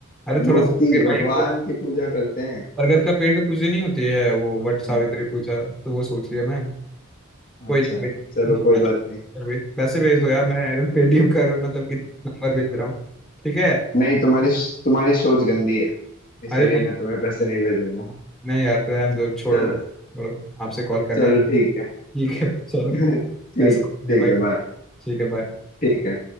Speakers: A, in the centre; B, on the left.
A: अरे
B: मूर्ति
A: थोड़ा सा फिर
B: भगवान
A: भाई वो
B: की पूजा करते
A: बरगद का पेड़ का पूजा नहीं होती है वो वट सावित्री
B: हैं
A: पूजा तो वो सोच लिया मैं कोई
B: अच्छा
A: ना कोई
B: चलो
A: ना।
B: कोई बात नहीं
A: फिर भी पैसे भेज दो यार मैं पेटीएम कर मतलब कि नंबर भेज रहा हूँ ठीक है
B: नहीं तुम्हारी तुम्हारी सोच गंदी है इसीलिए
A: अरे नहीं
B: मैं तुम्हें पैसे नहीं भेजूंगा
A: नहीं यार रहने दो छोड़ो
B: चल
A: छोड़ो आपसे कॉल करना
B: चलो
A: ही
B: ठीक है
A: ठीक है चलो
B: <laughs> ठीक
A: पैसा
B: ठीक
A: ये भाई
B: है बाय
A: ठीक है बाय
B: ठीक है